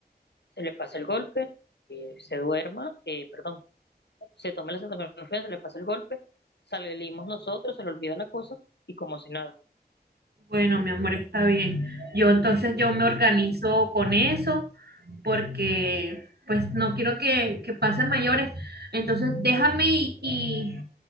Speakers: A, on the left; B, on the right.
A: se le pase el golpe, eh, se duerma, eh, perdón, se tome la acetaminofén, se le pase el golpe, salimos nosotros, se le olvida la cosa y como si nada.
B: Bueno, mi amor, está bien. Yo entonces yo me organizo con eso porque pues no quiero que, que pasen mayores. Entonces déjame y, y,